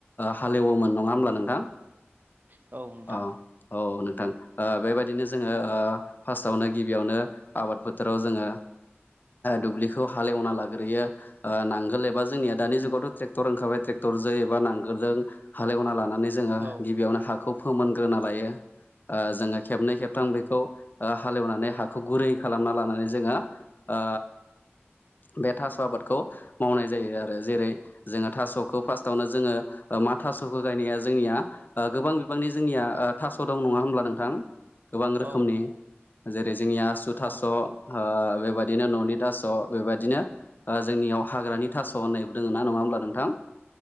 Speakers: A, on the left (about 45°); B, on the right (about 45°).
A: हालेवोमोन नङा होमब्ला नोंथां
B: औ नोंथां
A: अ औ नोंथां बेबायदिनो जोङो ओ फार्स्टआवनो गिबियावनो आबाद बोथोराव जोङो दुब्लिखौ हालेवना लाग्रोयो नांगोल एबा जोंनिया दानि जुगावथ' ट्रेक्टर ओंखारबाय ट्रेक्टरजों एबा नांगोलजों हालेवना लानानै जोङो
B: औ
A: गिबियावनो हाखौ फोमोनग्रोना लायो ओ जोङो खेबनै खेबथाम बेखौ हालेवनानै हाखौ गुरै खालामना लानानै जोङो ओ बे थास' आबादखौ मावनाय जायो आरो जेरै जोङो थास'खौ फार्स्टआवनो जोङो मा थास'खौ गायनाया जोंनिया गोबां बिबांनि जोंनिया थास' दं नङा होमब्ला नोंथां गोबां रोखोमनि
B: औ
A: जेरै जोंनिया आसु थास'
B: औ
A: ओ बेबायदिनो न'नि थास' बेबायदिनो जोंनियाव हाग्रानि थास' होननायबो दोङ ना नङा होमब्ला नोंथां